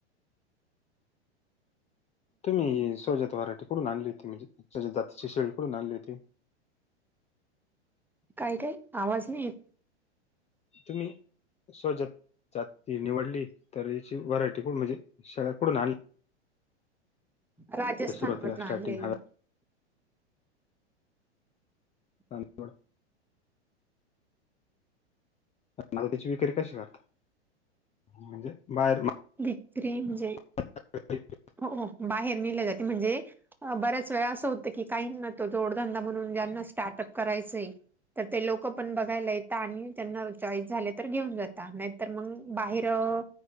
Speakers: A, on the left (about 20°); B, in the centre.
A: ही सवजात व्हराठीे कुडून आणली होती म्हणजे जातीची शेळी कुडून आणली होती?
B: काय, काय आवाज नाही येत.
A: तुम्ही सोवजात जाती निवडली तर याची व्हरायटी कुडू म्हणजे शेळ्या कुडून आणली?
B: राजस्थान
A: सुरुवातीला
B: मधनं
A: स्टार्टिंग
B: आणल्या हाय.
A: ह तांपोळ <inaudible> मंग त्याची विक्री कशी करता? म्हणजे बाहेर
B: विक्री म्हणजे
A: <inaudible>
B: हो, हो बाहेर नेल्या जाती म्हणजे अ बऱ्याच वेळा असं होतं की काहीनातो जोडधंदा म्हणून ज्यांना स्टार्टअप करायचंय तर ते लोक पण बघायला येता आणि त्यांना चॉईस झाले तर घेऊन जाता नाही तर मंग बाहेर अ